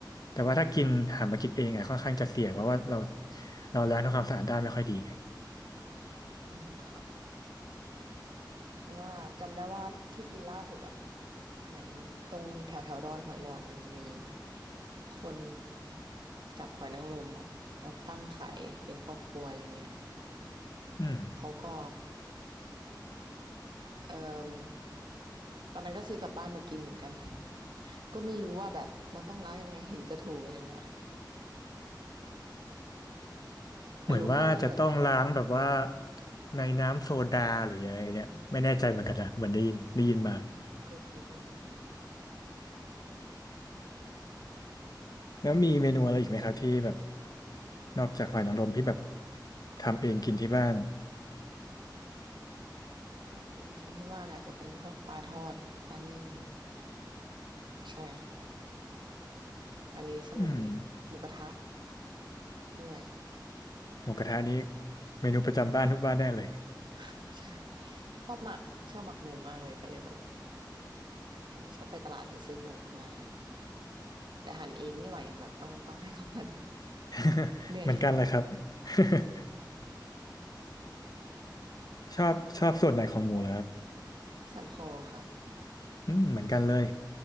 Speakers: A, on the left; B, on the right.
A: แต่ว่าถ้ากินหามากินเองอะค่อนข้างจะเสี่ยงเพราะว่าเราเราล้างทำความสะอาดได้ไม่ค่อยดีไง
B: อืมค่ะเพราะว่าจำได้ว่าที่กินล่าสุดอะเหมือนตรงแถวแถวดอนหอยหลอดมันจะมีคนจับหอยนางรมอะมาตั้งขายเป็นครอบครัวอะไรเงี้ย
A: อืม
B: เขาก็ เอ่มตอนนั้นก็ซื้อกลับบ้านมากินเหมือนกัน <laughs> ก็ไม่รู้ว่าแบบมันต้องล้างยังไงถึงจะถูกอะไรเงี้ยแต่รู้แค่ว่าแบบอร่อย
A: เหมือนว่าจะต้องล้างแบบว่าในน้ำโซดาหรืออะไรเนี่ยไม่แน่ใจเหมือนกันนะเหมือนได้ยินได้ยินมา
B: เคยเคยได้ยินมา
A: แล้วมีเมนูอะไรอีกไหมครับที่แบบนอกจากหอยนางรมที่แบบทำเองกินที่บ้าน
B: ทำเองกินที่บ้านอาจจะเป็นพวกปลาทอดปลานึ่งใช่ค่ะอันนี้สนุกดีหมูกระทะ
A: อืม
B: ด้วย
A: หมูกระทะนี่เมนูประจำบ้านทุกบ้านแน่เลย
B: <laughs> ใช่ชอบหมักชอบหมักหมูมากเลยก็เลยแบบเออชอบไปตลาดไปซื้อหมูมาแต่หั่นเองไม่ไหวค่ะต้องต้องให้เขาหั่น
A: <laughs>
B: เหนื่อย
A: เหมือนกันเลยครับ
B: <laughs>
A: <laughs> ชอบชอบส่วนไหนของหมูเหรอครับ
B: สั่นคอค่ะ
A: อืมเหมือนกันเลย